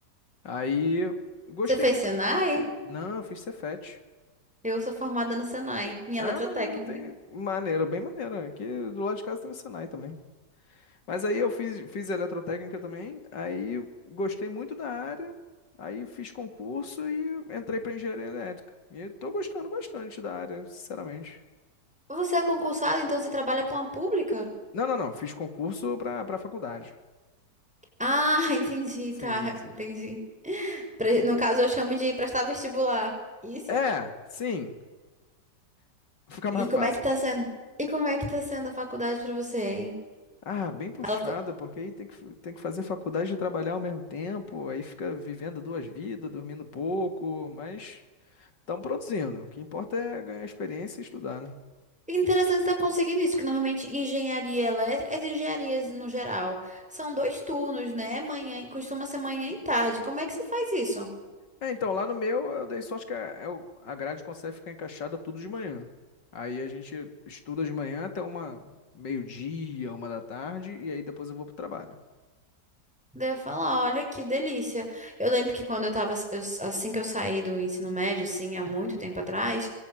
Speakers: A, on the left (about 85°); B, in the centre.
A: Aí gostei
B: Você fez
A: muito.
B: Senai?
A: Não, eu fiz Cefet.
B: Eu sou formada no Senai, em
A: Ah,
B: eletrotécnica.
A: maneiro, tem. Maneiro, bem maneiro. Aqui do lado de casa tem o Senai também. Mas aí eu fiz, fiz eletrotécnica também, aí eu gostei muito da área, aí fiz concurso e entrei para engenharia elétrica. E eu tô gostando bastante da área, sinceramente.
B: Você é concursado, então você trabalha para uma pública?
A: Não, não, não, fiz concurso para para faculdade.
B: Ah, <laughs> entendi,
A: Sim,
B: tá,
A: sim.
B: entendi. Pre- No caso, eu chamo de prestar vestibular. Isso.
A: É, sim, <laughs> fica mais
B: E
A: fácil.
B: como é que tá sendo? E como é que tá sendo a faculdade para você, hein?
A: Ah, bem puxada,
B: Ela foi
A: porque aí tem que, tem que fazer faculdade e trabalhar ao mesmo tempo, aí fica vivendo duas vidas, dormindo pouco, mas estão produzindo. O que importa é ganhar experiência e estudar, né?
B: interessante estar conseguindo isso, que normalmente engenharia elétrica, as engenharias no geral, são dois turnos, né? Manhã, costuma ser manhã e tarde. Como é que você faz isso?
A: É, então, lá no meu eu dei sorte que a, é o- a grade consegue ficar encaixada tudo de manhã. Aí a gente estuda de manhã até uma meio-dia, uma da tarde, e aí depois eu vou pro trabalho.
B: Deve falar, olha que delícia. Eu lembro que quando eu tava, eu- assim que eu saí do ensino médio, assim, há muito tempo atrás,